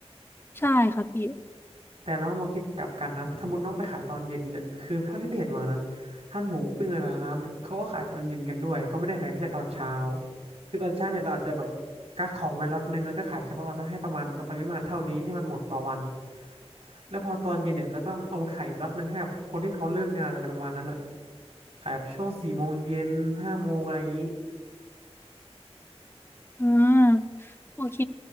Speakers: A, on the left (about 20°); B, on the right (about 70°).
A: ใช่ค่ะพี่
B: แต่น้องมองคิดกลับกันนะสมมติน้องไปขายตอนเย็นเนี่ยคือเท่าที่ไปเห็นมานะร้านหมูปิ้งอะไรร้านเนี่ยเขาก็ขายตอนเย็นกันด้วยเขาไม่ได้ขายแค่ตอนเช้าคือตอนเช้าเนี่ยเราอาจจะแบบกักของไว้ล็อตนึงแล้วก็ขายเฉพาะตอนเช้าให้ประมาณปริมาณเท่านี้ให้มันหมดต่อวันแล้วพอตอนเย็นเนี่ยแล้วก็เอามาขายอีกล็อตนึงให้กับคนที่เขาเลิกงานอะไรประมาณนั้นอ่ะขายแบบช่วงสี่โมงเย็นห้าโมงอะไรอย่างนี้
A: อ่าโอเค